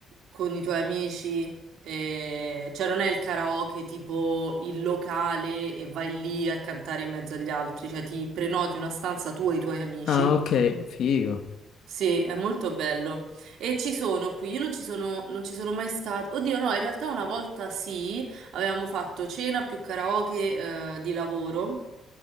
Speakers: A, on the right; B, on the left.
A: con i tuoi amici, e- cioè non è il karaoke tipo il locale e vai lì a cantare in mezzo agli altri, cioè ti prenoti una stanza tu e i tuoi amici
B: Ah, ok, figo.
A: sì, è molto bello. E ci sono qui, io non ci sono, non ci sono mai stata. Oddio, no, in realtà una volta sì, avevamo fatto cena più karaoke, eh, di lavoro